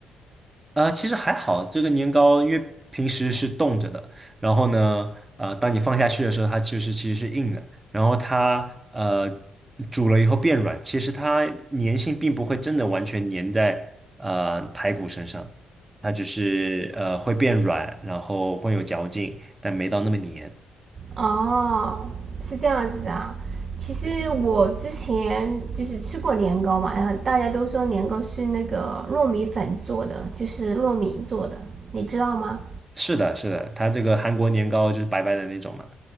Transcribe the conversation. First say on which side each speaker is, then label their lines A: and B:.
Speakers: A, on the right (about 20°); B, on the right (about 40°).
A: 呃，其实还好，这个年糕因为平时是冻着的，然后呢，呃，当你放下去的时候，它就是其实是硬的，然后它呃煮了以后变软，其实它粘性并不会真的完全粘在呃排骨身上，它只是呃会变软，然后会有嚼劲，但没到那么粘。
B: 哦，是这样子的啊。其实我之前就是吃过年糕嘛，
A: 对，
B: 然后大家都说年糕是那个糯米粉做的，就是糯米做的，你知道吗？
A: 是的，是的，它这个韩国年糕就是白白的那种了，